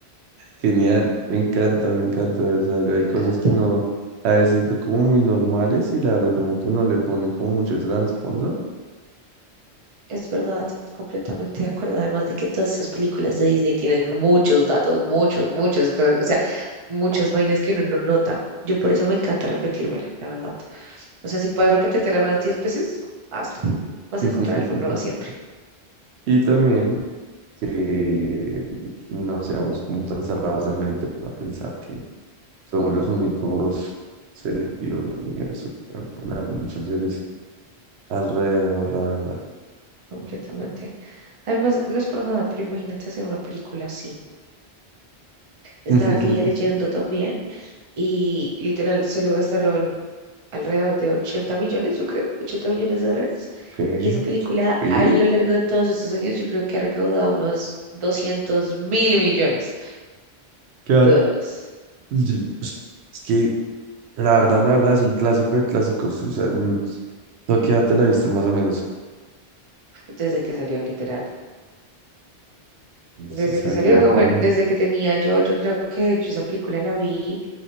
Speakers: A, on the right; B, on the right.
A: Genial, me encanta, me encanta. O sea, hay
B: Me encanta.
A: cosas que uno a veces ve como muy normales y la verdad como que no le ponen como mucho trasfondo.
B: Es verdad, completamente de acuerdo. Además de que todas esas películas de Disney tienen muchos datos, muchos, muchos, co- o sea, muchas vainas que uno no nota. Yo por eso me encanta repetírmela, la verdad. O sea, si puedes repetírtela unas diez veces, hazlo. Vas
A: <laughs>
B: a encontrar algo nuevo siempre.
A: Y también que no seamos como tan cerrados de mente para pensar que somos los únicos seres vivos del universo. que Deben tener muchos seres alrededor, la verdad.
B: Completamente. Además, no es por nada, pero imagínate hacer una película así. Estaba
A: <laughs>
B: aquella leyendo también y literal solo gastaron alrededor de 80 millones, yo creo, 80 millones de dólares.
A: ¿Qué?
B: Y esa película
A: ¿Vive?
B: a lo largo de todos estos años yo creo que ha recaudado unos doscientos mil millones
A: Claro.
B: de dólares
A: Yo- pues, Es que la verdad, la verdad es un clásico de clásicos. O sea, mm, tú qué edad te la viste más o menos.
B: desde que salió literal. Desde
A: Se salió
B: que salió, como
A: en...
B: en- desde que tenía yo, yo creo que yo esa película la vi